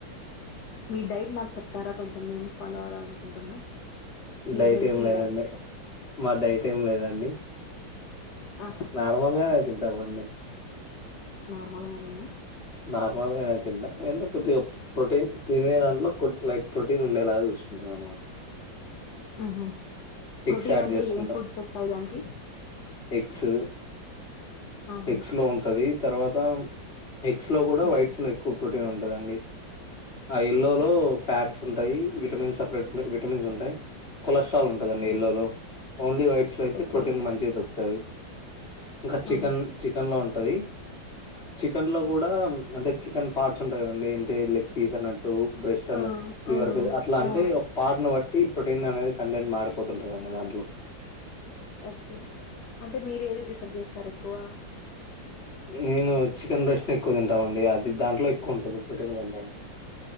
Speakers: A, on the left (about 60°); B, on the left (about 30°).
A: మీ డైట్ నాకు చె ప్తారా కొంచెం మేము ఫాలో అవ్వాలనుకుంటున్నాం మీ
B: డైట్
A: హెల్తీ
B: ఏం లేదండి
A: డైట్
B: మా డైట్ ఏం లేదండి
A: ఆ
B: నార్మల్ గానే తింటామండి
A: నార్మల్గా నేనా
B: నార్మల్గానే తింట ఏమంటే కొద్దిగా ప్రోటీన్ తినే దాంట్లో లైక్ ప్రోటీన్ ఉండేలా చూసుకుంటాం అనమాట
A: ఉహూ ప్రోటీన్
B: ఎగ్స్ యాడ్
A: అంటే
B: చేసుకుంటాం
A: ఏం ఫుడ్స్ వస్తాయి దానికి
B: ఎగ్స్
A: ఆహా
B: ఎగ్స్ లో ఉంటది తర్వాత ఎగ్స్ లో కూడా
A: నట్స్
B: వైట్స్ లో ఎక్కువ ప్రోటీన్ ఉంటదండి ఆ ఇల్లోలో
A: ఓకే
B: ఫ్యాట్స్ ఉంటాయి విటమిన్స్ సపరేట్ విటమిన్స్ ఉంటాయి కొలస్ట్ర కొలెస్ట్రాల్ ఉంటుదండి
A: ఆహా
B: ఎల్లో లో ఓన్లీ వైట్స్ లో అయితే
A: ఓకే
B: ప్రోటీన్ మంచిగా దొరుకుతది ఇంకా
A: ఆహా
B: చికన్ ఉంటది చికెన్ లో కూడా అంటే చికెన్ పార్ట్ ఉంటాయి కదండి లెగ్ పీస్ అన్నట్టు బ్రెస్ట్ అన్నట్టు
A: ఆ
B: లివర్
A: అవునవును
B: పీస్ అట్లా అంటే
A: ఆ
B: ఒక పార్ను బట్టి ప్రొటీన్ అనేది కంటెంట్ మారిపో పోతుంటారు కదండీ దాంట్లో
A: ఓకే అంటే మీరు ఏది ప్రిఫర్ చేస్తారు ఎక్కువ
B: నేను చికెన్ రెస్న్ ఎక్కువ తింటామండి అది దాంట్లో ఉంటుంది ప్రోటీన్ కంటెంట్